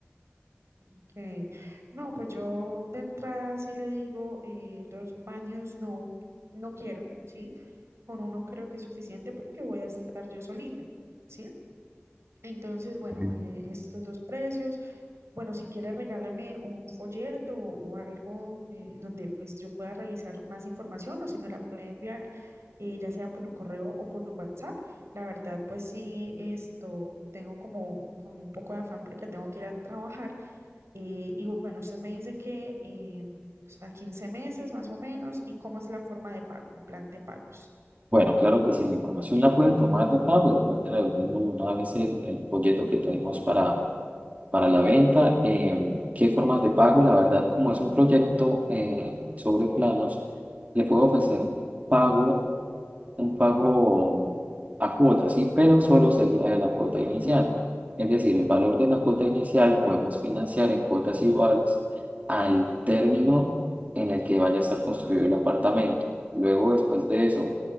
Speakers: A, on the right; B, on the right.
A: Ok. No, pues yo de entrada sí le digo eh, dos baños, no, no quiero, ¿sí? Con uno creo que es suficiente porque voy a estar yo solita, ¿sí? Entonces, bueno,
B: Ujú.
A: eh, estos dos precios. Bueno, si quieres, regálame un folleto o algo eh, donde pues yo pueda revisar más información o si me la puede enviar, eh, ya sea por correo o por WhatsApp. La verdad, pues sí, esto tengo como, como un poco de afán porque tengo que ir a trabajar. eh, y bueno, usted me dice que eh, a 15 meses más o menos y cómo es la forma de pago, el plan de pagos.
B: Bueno, claro que si la información la pueden tomar de acá, pues guarden lo mismo una vez el, el folleto que tenemos para, para la venta. em, ¿qué formas de pago? La verdad, como es un proyecto eh, sobre planos, le puedo ofrecer un pago un pago a cuota, sí, pero solo sería de la cuota inicial. Es decir, el valor de la cuota inicial podemos financiar en cuotas iguales al término en el que vaya a estar construido el apartamento. Luego, después de eso,